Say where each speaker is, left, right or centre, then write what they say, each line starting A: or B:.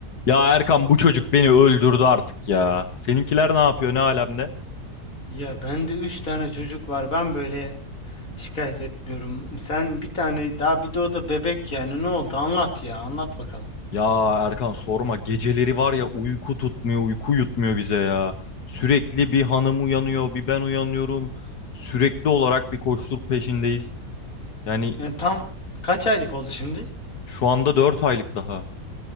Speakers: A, on the left; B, on the left.
A: Ya Erkan bu çocuk beni öldürdü artık ya. Seninkiler ne yapıyor ne alemde?
B: Ya bende 3 tane çocuk var. Ben böyle şikayet etmiyorum. Sen bir tane daha bir de o da bebek yani. Ne oldu? Anlat ya. Anlat bakalım.
A: Ya Erkan sorma geceleri var ya uyku tutmuyor uyku yutmuyor bize ya. Sürekli bir hanım uyanıyor bir ben uyanıyorum. Sürekli olarak bir koşturuk peşindeyiz. Yani
B: Yani tam kaç aylık oldu şimdi?
A: şu anda 4 aylık daha.